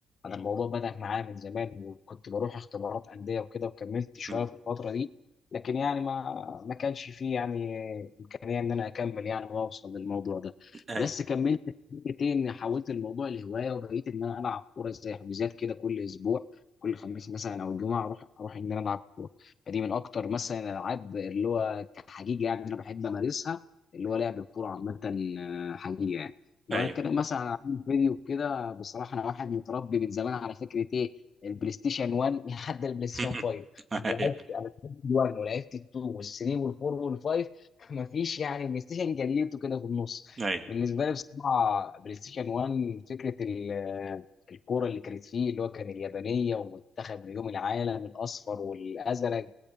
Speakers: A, on the left (about 45°); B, on the right (about 35°).
A: انا الموضوع بدا معايا من زمان وكنت بروح اختبارات انديه وكده وكملت شويه
B: مم.
A: في الفتره دي لكن يعني ما ما كانش فيه يعني امكانيه ان انا اكمل يعني واوصل للموضوع ده
B: ايوه
A: بس كملت فكرتي اني حولت الموضوع لهوايه وبقيت ان انا العب كوره زي حجوزات كده كل اسبوع كل خميس مثلا او جمعه اروح اروح ان انا العب كوره فدي من اكتر مثلا الالعاب اللي هو كحقيقه يعني انا بحب امارسها اللي هو لعب الكوره عامه آه، حقيقه يعني لو
B: ايوه
A: انا اتكلم مثلا عن العاب الفيديو كده بصراحه انا واحد متربي من زمان على فكره ايه البلاي ستيشن 1 لحد البلاي ستيشن
B: <laughs>
A: 5 لعبت انا لعبت 1 ولعبت 2 وال3 وال4 وال5 <laughs> مفيش يعني بلاي ستيشن جليته كده في النص
B: ايوه
A: بالنسبه لي بصراحه بلاي ستيشن 1 فكره ال- الكوره اللي كانت فيه اللي هو كان اليابانيه ومنتخب نجوم العالم الاصفر والازرق